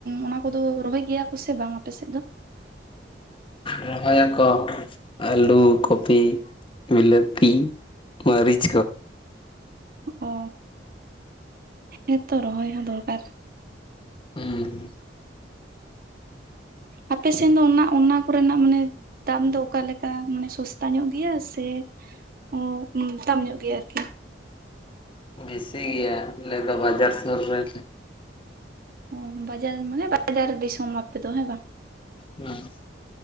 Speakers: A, on the right; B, on the left.
A: ᱚᱱᱟ ᱠᱚᱫᱚ ᱨᱚᱦᱚᱭ ᱜᱮᱭᱟ ᱠᱚ ᱥᱮ ᱵᱟᱝ ᱟᱯᱮ ᱥᱮᱫ ᱫᱚ?
B: ᱨᱚᱦᱚᱭᱟᱠᱚ ᱟᱞᱩ, ᱠᱚᱯᱤ, ᱵᱤᱞᱟᱹᱛᱤ, ᱢᱟᱹᱨᱤᱪ ᱠᱚ᱾
A: ᱚ, ᱦᱮᱸ ᱛᱚ ᱨᱚᱦᱚᱭ ᱦᱚᱸ ᱫᱚᱨᱠᱟᱨ᱾
B: ᱦᱩᱸ᱾
A: ᱟᱯᱮ ᱥᱮᱱ ᱫᱚ ᱚᱱᱟ ᱚᱱᱟ ᱠᱚᱨᱮᱱᱟᱜ ᱢᱟᱱᱮ ᱫᱟᱢ ᱫᱚ ᱚᱠᱟ ᱞᱮᱠᱟ? ᱢᱟᱱᱮ ᱥᱚᱥᱛᱟ ᱧᱚᱜ ᱜᱮᱭᱟ ᱥᱮ ᱚ ᱩᱸ ᱫᱟᱢ ᱧᱚᱜ ᱜᱮᱭᱟ ᱟᱨᱠᱤ᱾
B: ᱵᱮᱥᱤ ᱜᱮᱭᱟ, ᱟᱞᱮ ᱫᱚ ᱵᱟᱡᱟᱨ ᱥᱩᱨ ᱨᱮ
A: ᱚ ᱵᱟᱡᱟᱨ ᱢᱟᱱᱮ ᱵᱟᱡᱟᱨ ᱫᱤᱥᱚᱢ ᱟᱯᱮ ᱫᱚ, ᱦᱮᱸ ᱵᱟᱝ?
B: ᱦᱮᱸ᱾